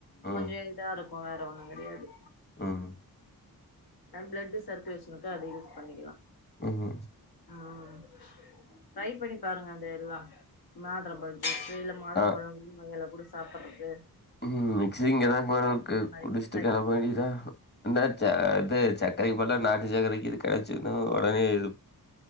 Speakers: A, on the left; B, on the left.
A: ம்,
B: கொஞ்சா இதா இருக் இப்ப வேற ஒண்ணும் கிடையாது
A: ம்
B: பிளட் சர்க்குலேஷனுக்கு அதை யூஸ் பண்ணிக்கலாம்
A: ம் ம்
B: ம் டரை பண்ணி பாருங்க அந்த எல்லா <unintelligible> சில மாதுளை
A: அ
B: பழங்க மையலை குடிச் சாப்புட்றது
A: ம் மிக்சி இங்க ஏதா ளுக்கு
B: மாரி
A: குடிச்சுட்டு
B: கூட ட்ரை
A: கிள மாண்டிதான் என்னாச்ச அது சர்க்கரைக்கு பதிலா நாட்டு சர்க்கரைக்கு இ கிடச்சுன்னு உடனேது